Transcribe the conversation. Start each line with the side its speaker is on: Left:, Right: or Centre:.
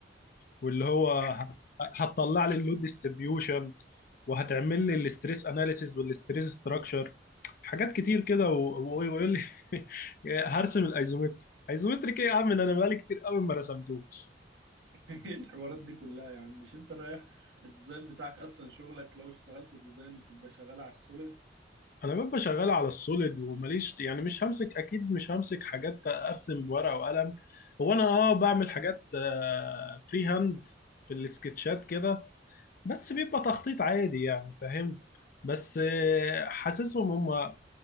Left: واللي هو ه- هتطلع لي اللود ديستريبيوشن وهتعمل لي الاستريس اناليسيز والاستريس ستراكشر حاجات كتير كده و... و- ويقول لي <laughs> هرسم الايزومتريك ايزومتريك ايه يا عم ده انا بقالي كتير قوي ما رسمتوش
Right: <laughs> ايه الحوارات دي كلها يا عم مش انت رايح الديزاين بتاعك اصلا شغلك لو اشتغلت ديزاين بتبقى شغال على السوليد
Left: انا ببقى شغال على السوليد وماليش يعني مش همسك اكيد مش همسك حاجات ارسم بورقه وقلم هو انا اه بعمل حاجات فري هاند في السكتشات كده بس بيبقى تخطيط عادي يعني فاهم بس آه، حاسسهم هم